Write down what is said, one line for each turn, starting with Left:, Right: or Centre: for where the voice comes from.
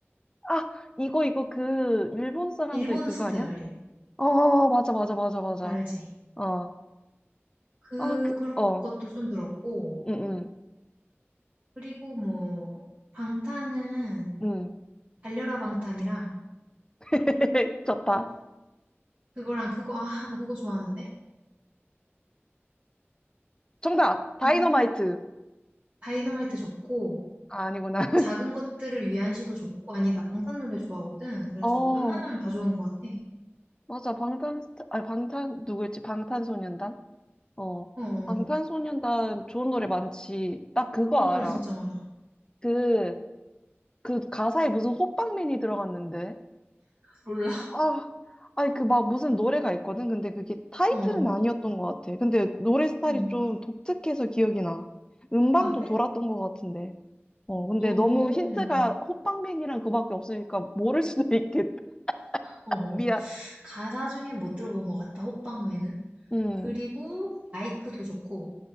Left: 아, 이거, 이거 그, 일본 사람들
Right: 일본
Left: 그거
Right: 스타일
Left: 아니야? 어, 맞아, 맞아, 맞아, 맞아.
Right: 알지?
Left: 어.
Right: 그
Left: 아, 그,
Right: 그룹
Left: 어.
Right: 것도 좀 들었고.
Left: 응, 응,
Right: 그리고 뭐 방탄은
Left: 응.
Right: 달려라 방탄이랑
Left: <laughs> 좋다.
Right: 그거랑 그거, 아, 나 그거 좋아하는데?
Left: 정답! 다이너마이트.
Right: 방탄, 다이너마이트 좋고,
Left: 아, 아니구나.
Right: 뭐
Left: <laughs>
Right: 작은 것들을 위한 시도 좋고, 아니, 나 방탄 노래 좋아하거든. 그래서
Left: 어,
Right: 웬만하면 다 좋은 것 같아.
Left: 맞아. 방탄, 아, 방탄, 누구였지? 방탄소년단? 어.
Right: 어, 어.
Left: 방탄소년단 좋은 노래 많지. 나 그거
Right: 좋은 노래
Left: 알아.
Right: 진짜 많아.
Left: 그, 그 가사에 무슨 호빵맨이 들어갔는데.
Right: 몰라.
Left: 아, 아니 그 막 무슨 노래가 있거든. 근데 그게 타이틀은
Right: 어,
Left: 아니었던 것 같아. 근데 노래 스타일이
Right: 응.
Left: 좀 독특해서 기억이 나. 음방도
Right: 아, 그래?
Left: 돌았던 것 같은데. 어, 근데
Right: 어, 어.
Left: 너무 힌트가 호빵맨이랑 그밖에 없으니까 모를 수도 <laughs> 있겠다.
Right: 어.
Left: 미안.
Right: 가사 중에 못 들어본 것 같다, 호빵맨은.
Left: 음,
Right: 그리고, 라이크도 좋고,